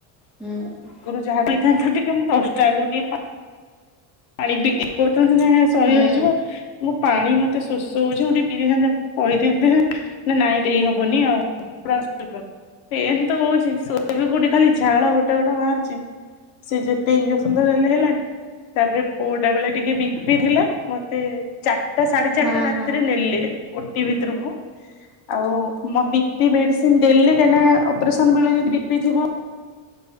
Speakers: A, in the centre; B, on the left.
A: ହୁଁ।
B: ଗୁରୁ ଯାହା କହିଥାନ୍ତ ଟିକେ ମୁଁ ଦଶଟା ଆଗରୁ ଟିକେ ପା ପାଣି ବିକି କହୁଚନ୍ତି ନା ସହି
A: ହୁଁ
B: ହେଇଯିବ। ମୁଁ ପାଣି ମତେ ଶୋଷ ହଉଚି ମୁଁ ଟିକେ ପିଇଦେଇଥାନ୍ତି ଆପଣଙ୍କୁ। <unintelligible> ନା ନାଇଁ ଦେଇ ହବନି ଆଉ ପୁରା ଶୋଇବାକୁ। ଏଇଆ ହିତ ହଉଚି ସୋଇବିକୋଉଠି ଖାଲି ଝାଳ ଗୋଟା ଗୋଟା ବାହାରୁଛି। ସେ ଯେତେ ଇନ୍‌ଜେକ୍ସନ ତ ଦେଲେ ହେଲାନି। ତାପରେ ପୁଅଟା ବେଳେ ଟିକେ ବି ପି ଥିଲା ମତେ। ଚାରିଟା ସାଢେ ଚାରିଟା
A: ହୁଁ
B: ରାତିରେ ନେଲେ ଓଟି ଭିତୁରୁକୁ। ଆଉ ମୋ ବି ପି ମେଡିସିନ ଦେଲେ କାଇହିଁକିନା ଅପରେସନ ବେଳେ ଯଦି ବି ପି ଥିବ।